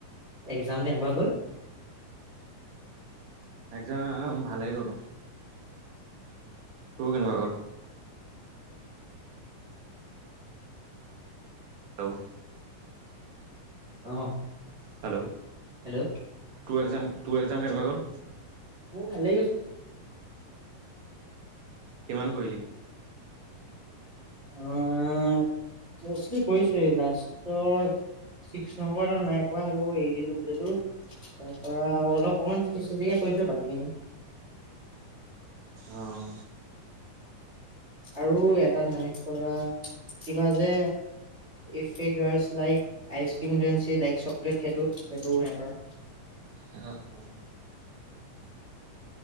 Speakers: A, on the right; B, on the right.
A: এক্সাম কেনেকুৱা গল?
B: এক্সাম ভালেই গল। তোৰ কেনকোৱা গল? হেল্ল'।
A: অহ।
B: হেল্ল'।
A: হেল্ল'।
B: তোৰ একজাম তোৰ এক্সাম কেনেকুৱা গ'ল।
A: ম ভাল লেই গৈছে।
B: কিমান কৰিলি।
A: আহ মষ্টলি কৰিছো। লাষ্টৰ ছিক্স নম্বৰ আৰু নাই সেইটো হেৰি দিছিলো। গটো তাৰ পৰা অলপ অকমানিক কৰিছো বাকীখিনি।
B: অহ।
A: আৰু এটা নাই কৰা কিবা যে ইফ এই গাৰ্লছ লাইক আইচ ক্ৰীম ডেঞ্চি লাইক চকলেট সেইটো সেইটোও নাই কৰা।
B: আহ অঁ'হ।